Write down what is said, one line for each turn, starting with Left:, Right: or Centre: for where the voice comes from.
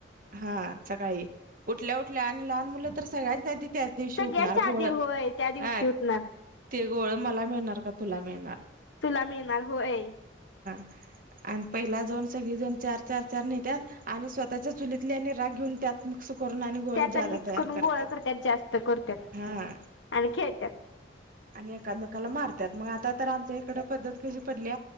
Right: हा सकाळी उठल्या उठल्या आणि लहान मुल तर सगळ्यांच्या आदी त्याच दिवशी
Left: सगळ्यांच्या
Right: उठणार गोळ
Left: आधी होय त्या दिवशी
Right: हा
Left: उठणार
Right: ते गोळ मला मिळणार? का तुला मिळणार?
Left: तुला मिळणार होय.
Right: <unintelligible> पहिला जन सगळीजण चार चार चार नेत्याात आणि स्वतःच्या चुलीतल्या आणि राग घेऊन त्यात मिक्स करून आणि गोळ
Left: त्यात
Right: जादा
Left: मिक्स
Right: तयार
Left: करून
Right: करत्यात
Left: गोळा करतत जास्त करतत
Right: हा
Left: आणि खेळतात
Right: आणि एकामेकाला मारतात मग आता तर आमच्या इकडे पद्धत कशी पडली